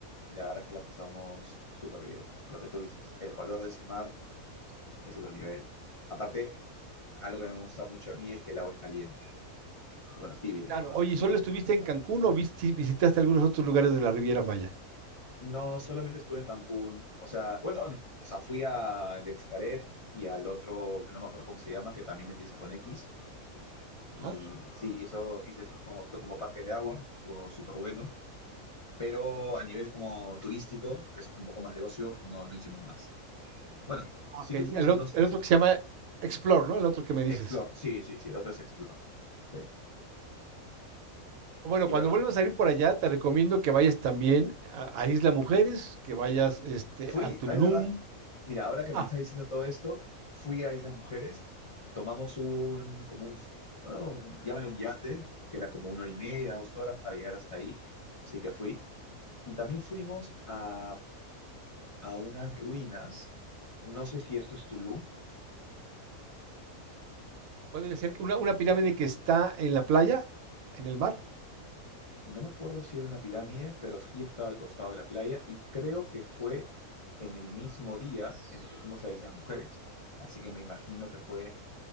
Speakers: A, on the left; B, on the right.
A: y la verdad es que la pasamos súper bien. Lo que tú dices, el color de ese mar es otro nivel. Aparte, algo que me gusta mucho a mí es que el agua es caliente, bueno, tibia.
B: Claro, oye, ¿y
A: Y
B: solo estuviste en Cancún o visi- visitaste algunos otros lugares de la Riviera Maya?
A: no solamente estuve en Cancún, o sea, bueno, no, o sea, fui al Xcaret y al otro, que no me acuerdo cómo se llama, que también empieza con X.
B: Ajá.
A: Y sí, eso hice esos como, son como parques de agua, estuvo súper bueno. Pero a nivel como turístico, que eso es un poco más de ocio, no, no hicimos más. Bueno,
B: Ah,
A: sí
B: Ok, el,
A: que fuimos a
B: ot-
A: unos...
B: el
A: sí,
B: otro que se llama Explore, ¿no? El otro que me dices.
A: Explore, sí, sí, sí, el otro es Explore. Sí.
B: Bueno,
A: Y
B: cuando
A: bueno,
B: vuelvas a ir por allá, te recomiendo que vayas también a, a Isla Mujeres, que vayas este,
A: fui,
B: a Tulum.
A: ah, es verdad, Mira, ahora que
B: Ah,
A: me estás diciendo todo esto, fui a Islas Mujeres, tomamos un, como un, bueno, llaman un yate, que era como una hora y media, dos horas para llegar hasta ahí, sí que fui. Y también fuimos a, a unas ruinas, no sé si esto es Tulum,
B: puede ser que una, una pirámide que está en la playa, en el mar.
A: no me acuerdo si era una pirámide, pero sí estaba al costado de la playa y creo que fue en el mismo día en el que fuimos a Islas Mujeres. Así que me imagino que fue